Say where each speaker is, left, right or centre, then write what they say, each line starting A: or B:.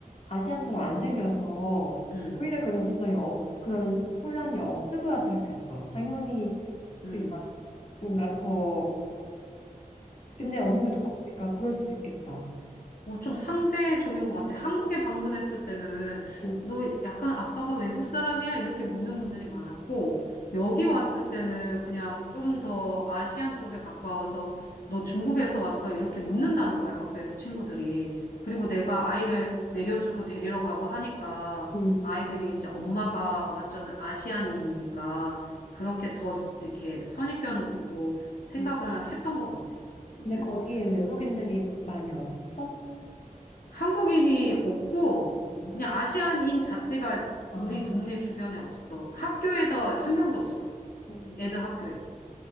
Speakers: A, on the left; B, on the left.
A: 아시안처럼 안 생겨서
B: 응,
A: 오히려 그런 정체성이 없, 그런 혼란이 없을 거라 생각했어. 당연히
B: 응.
A: 그게 막 뭔가 더, 근데 언니 말 듣고 보니까 그럴 수도 있겠다.
B: 어, 좀 상대 종인 것 같아. 한국에 방문했을 때는
A: 어,
B: 너 약간 아빠가 외국 사람이야? 이렇게 묻는 분들이 많았고, 여기 왔을 때는 그냥 좀 더 아시안 쪽에 가까워서 너 중국에서 왔어? 이렇게 묻는다는 거야, 학교에서 친구들이. 그리고 내가 아이를 내려주고 데리러 가고 하니까
A: 음.
B: 아이들이 이제 엄마가 완전 아시안인이니까 그렇게 더 이렇게 선입견을 두고 생각을
A: 음.
B: 했던 것 같아.
A: 근데
B: 그래서
A: 거기에 외국인들이 많이 없어?
B: 한국인이 없고,
A: 음.
B: 그냥 아시안인 자체가
A: 아,
B: 우리 동네 주변에 없어. 학교에도 한 명도 없어.
A: 음.
B: 애들 학교에도.